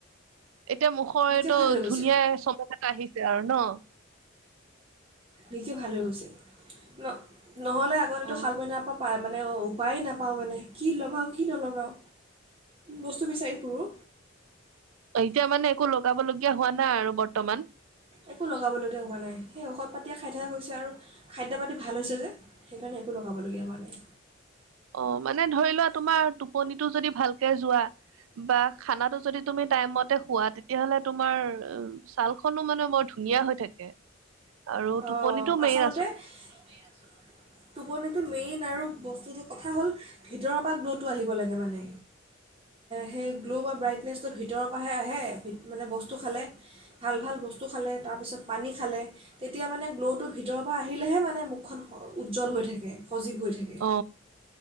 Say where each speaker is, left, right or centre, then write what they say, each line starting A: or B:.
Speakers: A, on the right; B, on the right.
A: এতিয়া মুখৰ
B: নিজে
A: এইটো
B: ভাল হৈ গৈছে।
A: ধুনীয়া চমক এটা আহিছে আৰু ন'।
B: নিজে ভাল হৈ গৈছে ন'? নহ'লে আগতেতো
A: অ
B: শাল মইনাৰ পা পায় মানে উপায় নাপাওঁ মানে কি লগাওঁ কি নলগাওঁ বস্তু বিচাৰি ফুৰোঁ।
A: অ, এতিয়া মানে একো লগাব লগীয়া হোৱা নাই আৰু বৰ্তমান?
B: একো লগাবলগীয়া হোৱা নাই সেই ঔষধ পাতিয়ে খাই থকা গৈছে আৰু খাদ্য পাতি ভাল হৈছে যে সেইকাৰণে একো লগাবলগীয়া হোৱা নাই।
A: অ, মানে ধৰি লোৱা তোমাৰ টোপনিটো যদি ভালকে যোৱা বা খানাটো যদি তুমি টাইম মতে খোৱা তেতিয়াহলে তোমাৰ ছালখনো মানে বৰ ধুনীয়া হৈ থাকে। আৰু টোপনিটো
B: অ,
A: মেইন
B: আচলতে <unintelligible> টোপনিতো মেইন আৰু বস্তি কথা হ'ল ভিতৰৰ পৰা গ্ল'টো আহিব লাগে মানে সেই গ্ল' বা ব্ৰাইটনেছটো ভিতৰৰ পৰাহে আহে মানে বস্তু খালে ভাল-ভাল বস্তু খালে তাৰপিছত পানী খালে। তেতিয়া মানে গ্ল'টো ভিতৰৰ পৰা আহিলেহে মানে মুখখন উজ্জ্বল হৈ থাকে। সজীৱ হৈ থাকে
A: অ,